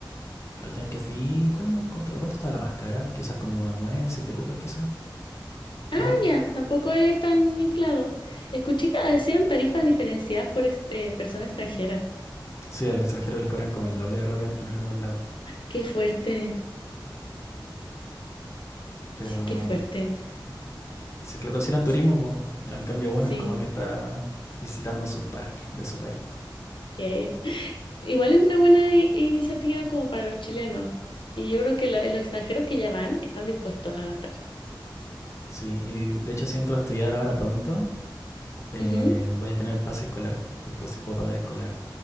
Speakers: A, on the left; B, on the left.
A: La última vez que fui, ¿cuál no- cuánto, a ¿cuánto estaba la más cara? Quizás como a 9, 7 lucas, quizás,
B: Ah,
A: cada uno.
B: ya, tampoco es tan inflado. Escuché que decían tarifas diferenciadas por ex- eh, persona extranjera.
A: Sí, a los extranjeros les cobran como el doble de repente en algunos lados.
B: Qué fuerte,
A: Pero
B: sí, qué fuerte.
A: eh, si es que lo consideran
B: Sí,
A: turismo, pues, en cambio bueno,
B: sí,
A: es como que está visitando sus parques de su país.
B: qué. Igual es una buena i- iniciativa como para los chilenos. Y yo creo que la- los extranjeros que ya van están dispuestos a gastar.
A: Sí, y de hecho si entro a estudiar ahora pronto, eh,
B: Ujú.
A: voy a tener pase escolar y entonces puedo pagar escolar.